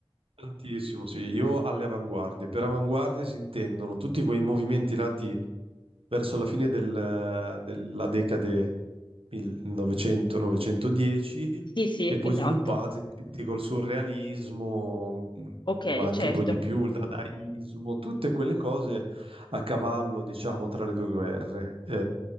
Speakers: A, on the right; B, on the left.
A: Tantissimo, sì, io alle avanguardie. Per avanguardie si intendono tutti quei movimenti nati verso la fine del- della decade 1900-910
B: Sì, sì,
A: e poi
B: esatto.
A: sviluppati quindi col surrealismo,
B: Ok,
A: ma anche
B: certo.
A: poi di più, il dadaismo, tutte quelle cose a cavallo, diciamo, tra le due guerre. Eh,